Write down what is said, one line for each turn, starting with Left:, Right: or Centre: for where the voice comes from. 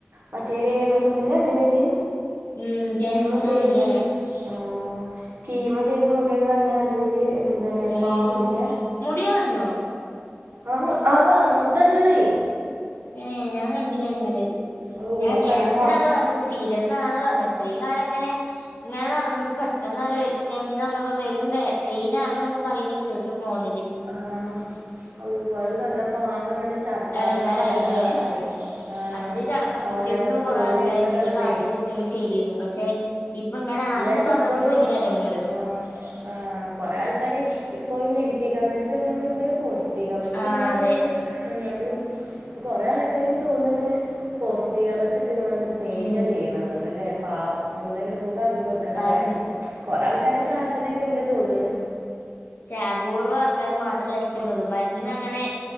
Right: മറ്റേ രേണുസൂധിന്റെ കണ്ടില്ലേ ഇജ്ജ്
Left: ഉം
Right: കീമോ
Left: ക്യാൻസർ
Right: ചെയ്തത്
Left: ആന്ന്ല്ലേ
Right: ആ കീമോ ചെയ്ത് മൂടിയൊക്കെ കളിഞ്ഞാ കണ്ടിലേ ഇജ്ജ് എന്താലേ
Left: ഉം
Right: പാവണ്ടല്ലേ
Left: മുടികളഞ്ഞോ
Right: ആ ആ മൊട്ടടിച്ചക്കണ്
Left: ഏഹ് ഞാൻ കണ്ടില്ലേ എന്നല്
Right: ഓ
Left: ഞാൻ
Right: അത്
Left: ക്യാൻസർ
Right: കണ്ടപ്പാ
Left: ആണ് പറഞ്ഞപ്പ സീരിയസ ആണ പറഞ്ഞ ഇത്രയും കാലം ഇങ്ങനെ ഇങ്ങനെ നടന്നിട്ട് പെട്ടെന്നൊര് ക്യാൻസർ വന്നപ്പോ പെരും വേ പെയിനാണ് ന്നൊക്കെ പറയുന്നേ കേട്ടു ഫോണില്
Right: ആഹ് അവൂ അത് കണ്ടപ്പോ ആകെങ്ങട്ട് ചടച്ചാകംങ്ങട്ട്
Left: എടങ്ങാറായില്ലേ
Right: ഇടങ്ങാറായി ആഹ്
Left: അത്രയും തടപ്പിച്ചിരുന്നു
Right: ഓലെ സ്റ്റോറി
Left: കൊറേ ആൾക്കാര്
Right: എന്തൊക്കെണ്ടപ്പോഴെ
Left: എന്തൊക്കെയോ <unintelligible> ചെയ്തിരുന്നു പക്ഷെ ഇപ്പൊ ഇങ്ങനൊണെന്ന്
Right: ഇന്നട്ട്
Left: പറഞ്ഞപ്പോ
Right: ഇപ്പളും
Left: ഭയങ്കര ഇടങ്ങാറ്
Right: ആഹ് ആഹ് കൊറെ ആൾക്കാര് ഇപ്പോഴും നെഗറ്റീവ് കമൻ്റ്സ് ഇടുന്നോരും ഉണ്ട് പോസിറ്റീവ് പ്രത്യേക
Left: ആ അതെ
Right: <unintelligible> ഉണ്ട് പക്ഷെ എന്നാലും ഇപ്പ കൊറേ ആൾക്കാര് ഇനിക്ക്തോന്നണ്ട് പോസിറ്റീവ് കമൻ്റ്സ് ഇട്ട് സ്നേഹിച്ച
Left: ഉം
Right: ചെയ്യണ എന്നണ്ടല്ലേ പാവം എന്തായാലും സുഖമാക്കി കൊടുക്കട്ടല്ലെ
Left: പാവണ്ട്
Right: കൊറെേ ആൾക്കാര പ്രാർത്ഥനൊക്കെ ഇണ്ട് തോന്നന്ന്
Left: ചാപൂർവ്വം ആൾക്കാർ മാത്രേ രസപ്പെടുള്ളൂ മരുന്ന് അങ്ങനെ